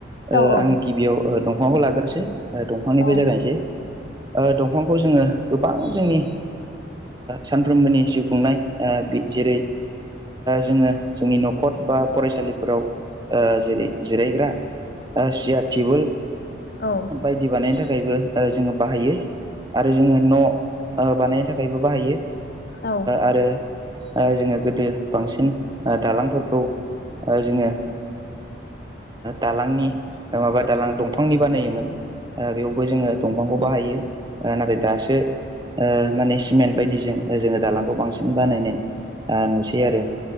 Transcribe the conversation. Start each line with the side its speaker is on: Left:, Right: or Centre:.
Right: ओ
Left: आं औ
Right: आङो गिबियाव ओ दंफांखौ लाग्रोनोसै ओ दंफांनिफ्राय
Left: औ
Right: जागायसै। ओ दंफांखौ जोङो गोबां जोंनि सानफ्रोमबोनि जिउ खुंनाय जेरै जोङो जोंनि नखर बा फरायसालिफोराव जेरै जिरायग्रा मासि आरांगा
Left: औ
Right: बायदि बानायनो थाखायबो जोङो बाहायो आरो जोङो न बानायनो थाखायबो बाहायो
Left: औ
Right: आरो जोङो गोदो बांसिन दालांफोरखौ जों दालांनि माबा दालां दंफांनि बानायोमोन बेयावबो जोङो दंफांखौ बाहायो नाथाय दासो माने सिमेन्ट बायदिजों जोङो दालांखौ बांसिन बानायनाय नुसै आरो